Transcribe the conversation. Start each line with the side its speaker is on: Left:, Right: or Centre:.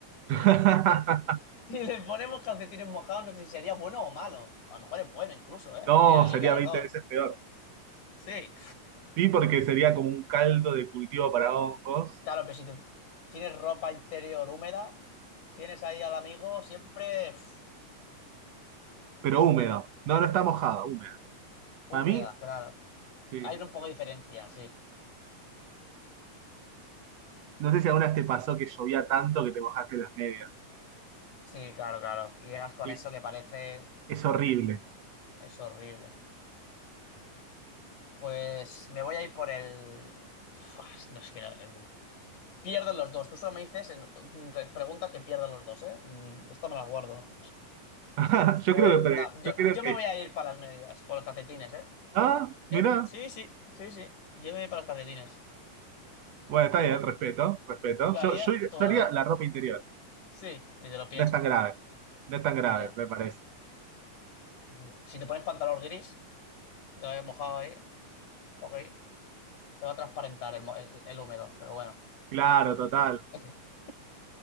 Right: <laughs>
Left: <laughs> Si le ponemos calcetines mojados, no sé si sería bueno o malo. A lo mejor es bueno incluso, ¿eh?
Right: No,
Left: Me alivia
Right: sería
Left: el
Right: 20
Left: olor.
Right: veces peor.
Left: Sí.
Right: Sí, porque sería como un caldo de cultivo para hongos
Left: Claro, pero si te- tienes ropa interior húmeda, tienes ahí al amigo siempre uf, Mm,
Right: pero húmedo. No, no está mojado, húmedo.
Left: húmeda,
Right: Para mí,
Left: claro.
Right: sí.
Left: Hay un poco de diferencia, sí.
Right: No sé si alguna vez te pasó que llovía tanto que te mojaste las medias.
Left: Sí, claro, claro. Y llegas con
Right: Y
Left: eso que parece...
Right: es horrible.
Left: es horrible. Pues me voy a ir por el... Fuas, No es que... no- em, Pierden los dos. Tú solo me dices en en re- preguntas que pierdan los dos, ¿eh? Mm, Esta me la guardo.
Right: <laughs> Yo
Left: Pues,
Right: creo que, pre-
Left: no, yo,
Right: yo creo
Left: yo
Right: que,
Left: me voy a ir para las medias, por los calcetines, ¿eh?
Right: ah,
Left: Yo,
Right: mirá.
Left: sí, sí, sí, sí, yo me voy para los calcetines.
Right: Bueno, está
Left: ¿Tú?
Right: bien, respeto, respeto.
Left: ¿Tú qué
Right: Yo,
Left: harías?
Right: yo, yo
Left: Tú no,
Right: haría
Left: ¿no?
Right: la ropa interior.
Left: Sí, ni te lo piensas
Right: No es tan grave.
Left: tú.
Right: No es tan grave,
Left: Ya.
Right: me parece.
Left: Mm, Si te pones pantalón gris, que te vayas mojado ahí, ok, te va a transparentar el, mo- el, el húmedo, pero bueno.
Right: Claro, total.
Left: <laughs>